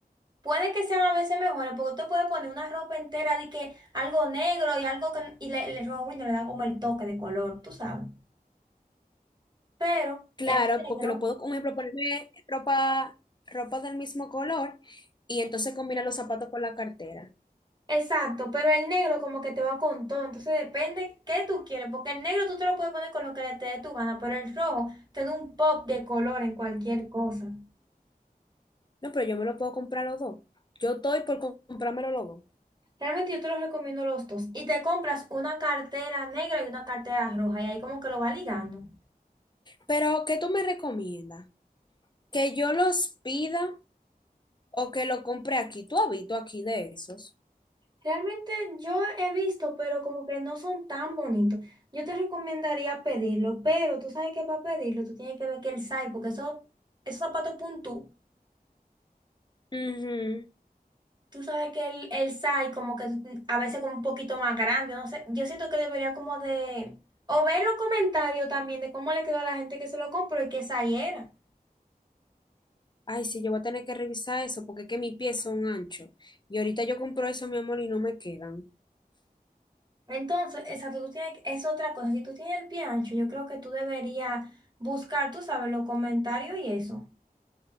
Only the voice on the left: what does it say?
Claro,
porque
lo puedo, un ejemplo, ponerme ropa, ropa del mismo color y entonces combinar los zapatos con la cartera.
No, pero yo me lo puedo comprar los dos. Yo estoy por com- comprármelo los dos.
Pero, ¿qué tú me recomiendas? ¿Que yo los pida? O que lo compre aquí. ¿Tú has visto aquí de esos?
Ujú.
Ay, sí, yo voy a tener que revisar eso porque es que mis pies son anchos. Y ahorita yo compro eso, mi amor, y no me quedan.